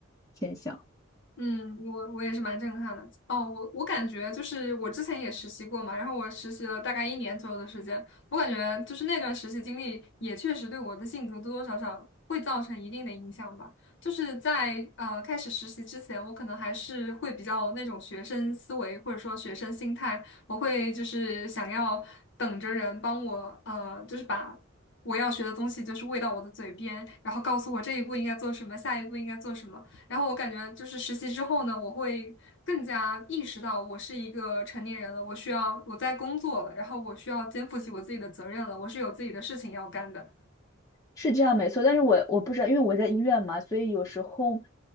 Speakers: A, on the left; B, on the left.
A: 现象。
B: 嗯，我我也是蛮震撼的。哦，我我感觉就是我之前也实习过嘛，然后我实习了大概一年左右的时间，我感觉就是那段实习经历也确实对我的性格多多少少会造成一定的影响吧。就是在呃开始实习之前，我可能还是会比较那种学生思维或者说学生心态，我会就是想要等着人帮我呃，就是把。我要学的东西就是喂到我的嘴边，然后告诉我这一步应该做什么，下一步应该做什么。然后我感觉就是实习之后呢，我会更加意识到我是一个成年人了，我需要我在工作了，然后我需要肩负起我自己的责任了，我是有自己的事情要干的。
A: 是这样没错，但是我我不知道，因为我在医院嘛，所以有时候，